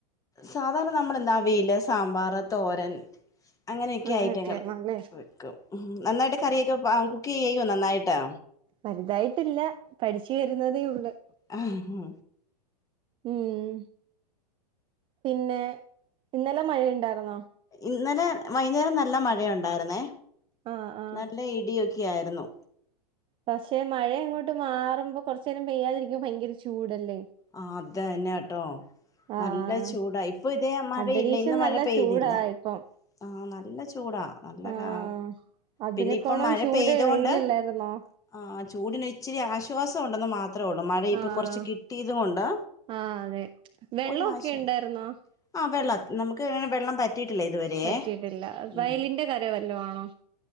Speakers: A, on the left; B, on the right.
A: സാധാരണ നമ്മളെന്താ അവിയല് സാമ്പാറ് തോരൻ അങ്ങനെയൊക്കെയാ
B: അങ്ങനെയൊക്കെയാണല്ലേ
A: ഐറ്റങ്ങള് വെക്കും ഉം നന്നായിട്ട് കറിയൊക്കെ കുക്ക് ചെയ്യോ നന്നായിട്ട്?
B: വലുതായിട്ടില്ലാ പഠിച്ച് വരുന്നതേ ഉള്ളു
A: ഉം
B: ഉം പിന്നെ ഇന്നലെ മഴയ്ണ്ടായിരുന്നോ?
A: ഇന്നലെ വൈന്നേരം നല്ല മഴ ഒണ്ടായിരുന്നേ
B: ആഹ് ആഹ്
A: നല്ല ഇടിയൊക്കെ ആയിരുന്നു
B: പക്ഷെ മഴയങ്ങോട്ട് മാറുമ്പോ കൊറച്ചേരം പെയ്യാതിരിക്കുമ്പോ ഭയങ്കര ചൂടല്ലേ?
A: ആഹ് അതെ തന്നെട്ടോ
B: ആഹ്
A: നല്ല ചൂടാ ഇപ്പൊ ഇതേ മഴയില്ല
B: അന്തരീക്ഷം
A: ഇന്ന് മഴ
B: നല്ല
A: പെയ്തില്ലാ
B: ചൂടാ ഇപ്പം
A: ആഹ് നല്ല ചൂടാ നല്ല
B: ആഹ്
A: കാ
B: അതിനെക്കോണം
A: പിന്നെ ഇപ്പൊ മഴ
B: ചൂട്
A: പെയ്ത
B: വെയിലല്ലായിരുന്നോ
A: കൊണ്ട് ആഹ് ചൂടിനൊരിച്ചിരി ആശ്വാസം ഒണ്ടെന്ന് മാത് മാത്രേ ഒള്ളൂ മഴ ഇപ്പൊ
B: ആഹ്
A: കൊറച്ച് കിട്ടിയത് കൊണ്ട്
B: ആഹ് അതെ വെള്ളമൊക്കെ
A: ഒരാശ്വാസ
B: <unintelligible>
A: ആഹ് വെള്ളം നമുക്കങ്ങനെ വെള്ളം പറ്റിട്ടില്ലേ ഇതുവരെയെ
B: പറ്റിയിട്ടില്ല
A: ഉം
B: വയലിന്റെ കര വല്ലോ ആണോ